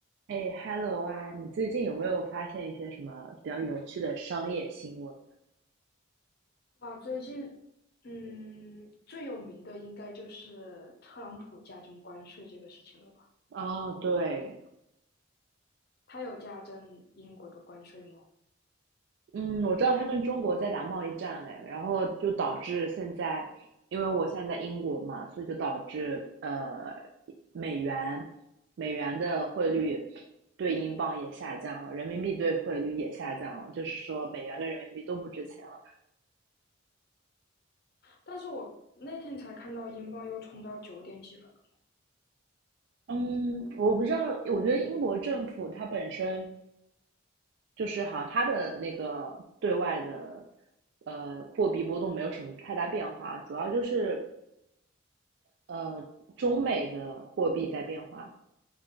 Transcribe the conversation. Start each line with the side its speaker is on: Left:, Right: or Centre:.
Right: 哎，Hello 啊，你最近有没有发现一些什么比较有趣的商业新闻
Left: 哇，最近，嗯，最有名的应该就是特朗普加征关税这个事情了吧？
Right: 啊？哦，对，
Left: 他有加征英国的关税吗？
Right: 嗯，我知道他跟中国在打贸易战，哎，然后就导致现在，因为我现在在英国嘛，所以就导致呃，美元美元的汇率对英镑也下降了，人民币对汇率也下降了，就是说美元跟人民币都不值钱了。
Left: 但是我那天才看到英镑又冲到九点几了呢。
Right: 嗯，我不知道，我觉得英国政府它本身。就是好像它的那个对外的呃货币波动没有什么太大变化，主要就是呃中美的货币在变化，